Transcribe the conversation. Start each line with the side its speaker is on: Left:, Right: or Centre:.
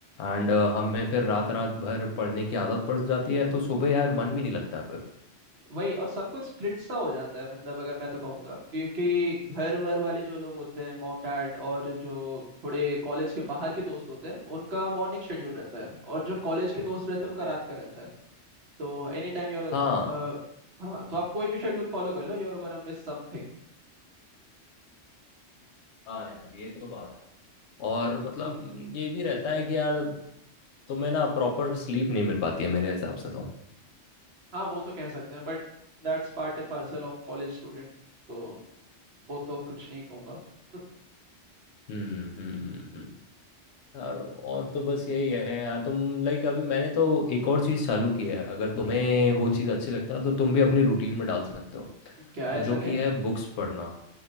Left: एंड हमें फिर रात रात भर पढ़ने की आदत पड़ जाती है तो सुबह यार मन भी नहीं लगता फिर
Right: वही और सब कुछ स्प्लिट सा हो जाता है मतलब अगर मैं तो कहूँगा क्योंकि घर वर वाले जो लोग होते हैं मॉम डैड और जो थोड़े कॉलेज के बाहर के दोस्त होते हैं उनका मॉर्निंग शेड्यूल रहता है और जो कॉलेज के दोस्त रहते हैं उनका रात का रहता है तो एनी टाइम योर
Left: हाँ
Right: हाँ तो आप कोई भी शेड्यूल फॉलो कर लो you are gonna miss something
Left: हाँ यार ये तो बात है और मतलब ये भी रहता है कि यार तुम्हें ना प्रॉपर स्लीप नहीं मिल पाती है मेरे हिसाब से तो
Right: हाँ वो तो कह सकते हैं but that's part and parcel of college student तो वो तो कुछ नहीं कहूँगा <laughs>
Left: हम्म हम्म हम्म, हम्म। यार और तो बस यही है यार तुम लाइक अभी मैंने तो एक और चीज़ चालू की है अगर तुम्हें वो चीज़ अच्छी लगती है ना तो तुम भी अपनी रूटीन में डाल सकते हो
Right: क्या ऐसा
Left: जो
Right: क्या
Left: कि है बुक्स पढ़ना